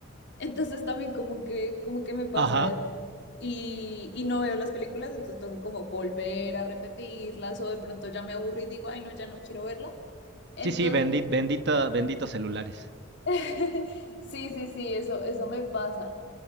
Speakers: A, on the left (about 60°); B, on the right (about 60°).
A: Entonces también como que, como que me pasa
B: Ajá.
A: eso. Y, y no veo las películas, entonces tengo como volver a repetirlas o de pronto ya me aburrí y digo, ay, no, ya no quiero verla. Entonces,
B: Sí, sí, bendit, bendita, benditos celulares.
A: <laughs> sí, sí, sí, eso, eso me pasa.